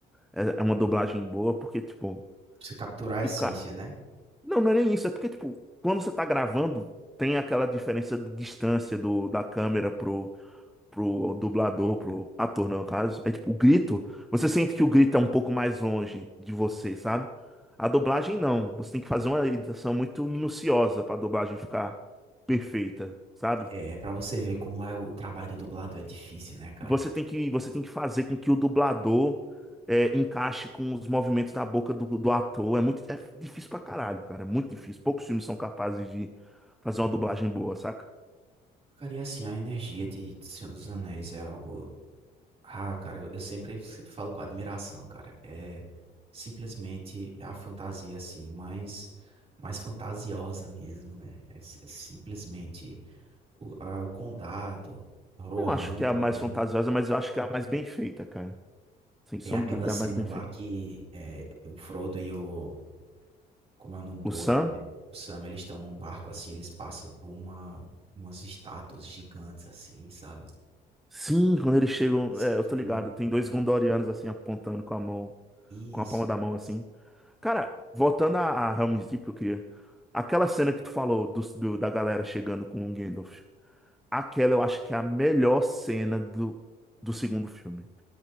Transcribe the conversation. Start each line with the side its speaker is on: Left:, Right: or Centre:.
Centre: é é uma dublagem boa, porque, tipo,
Right: você capturar a
Centre: o
Right: essência,
Centre: cara.
Right: né?
Centre: Não, não é nem isso. É porque, tipo, quando você tá gravando, tem aquela diferença de distância do, da câmera pro, pro dublador, pro ator, no caso, é tipo, o grito, você sente que o grito é um pouco mais longe de você, sabe? A dublagem não, você tem que fazer uma edição muito minuciosa pra dublagem ficar perfeita, sabe?
Right: É, pra você ver como é o trabalho do dublador, é difícil, né, cara?
Centre: E você tem que, você tem que fazer com que o dublador é, encaixe com os movimentos da boca do, do ator. É muito, é difícil pra caralho, cara, é muito difícil. Poucos filmes são capazes de fazer uma dublagem boa, saca?
Right: Ficaria assim, a energia de Senhor dos Anéis é algo, ah, cara, eu, eu sempre, sempre falo com admiração, cara, é simplesmente a fantasia, assim, mais, mais fantasiosa mesmo, né? é é simplesmente o, a- o Condado, Rohan
Centre: Não acho que
Right: também.
Centre: é a mais fantasiosa, mas eu acho que é a mais bem feita, cara. Sem sombra
Right: Tem aquela
Centre: de dúvida,
Right: cena
Centre: é a mais bem
Right: lá
Centre: feita.
Right: que é, o Frodo e o. Como é o nome do
Centre: O Sam?
Right: outro mesmo? O Sam, eles estão num barco assim, eles passam por uma, umas estátuas gigantes assim, sabe?
Centre: Sim, quando eles chegam.
Right: A
Centre: É,
Right: cena
Centre: eu tô
Right: foi
Centre: ligado,
Right: linda.
Centre: tem dois
Right: né?
Centre: Gondorianos assim apontando com a mão,
Right: Isso,
Centre: com a palma da mão assim.
Right: isso.
Centre: Cara, voltando a, a Helm's Deep que eu queria. Aquela cena que tu falou dos- do, da galera chegando com o Gandalf. Aquela eu acho que é a melhor cena do, do segundo filme.